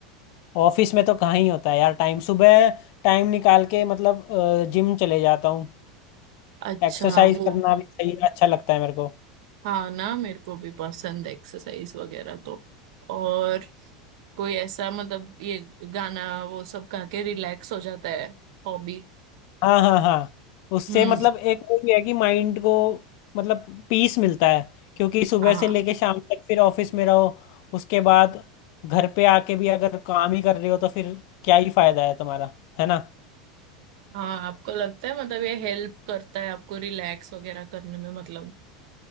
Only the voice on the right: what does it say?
अच्छा
वो
हाँ ना मेरे को भी पसंद है एक्सरसाइज वगैरह तो और कोई ऐसा मतलब ये गाना वो सब गा के रिलैक्स हो जाता है हॉबी
हम्म
हाँ
हाँ आपको लगता है मतलब ये हेल्प करता है आपको रिलैक्स वगैरह करने में मतलब